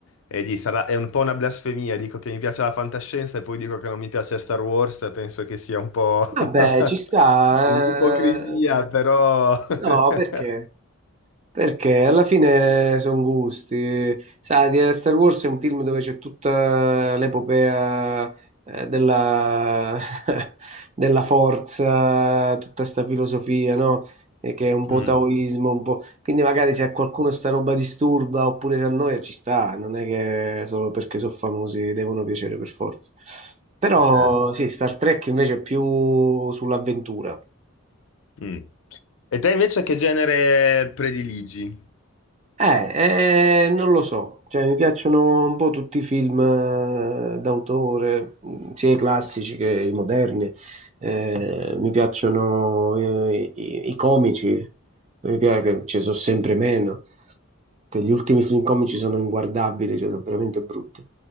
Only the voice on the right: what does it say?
Vabbè,
ci sta.
eh.
No, perché? Perché alla fine sono gusti. Sai, di- Star Wars è un film dove c'è tutta l'epopea eh, della, <laughs> della forza, tutta sta filosofia, no? E Che è un po'
taoismo, un po'. Quindi magari se a qualcuno sta roba disturba oppure se a noi ci sta, non è che solo perché sono famosi devono piacere per forza. Però
sì, Star Trek invece è più sull'avventura.
Eh, eh, non lo so, cioè, mi piacciono un po' tutti i film eh, d'autore, mh, sia i classici che i moderni, Eh, mi piacciono eh, i, i comici, mi piace che ci sono sempre meno, che gli ultimi film comici sono inguardabili, cioè, sono veramente brutti.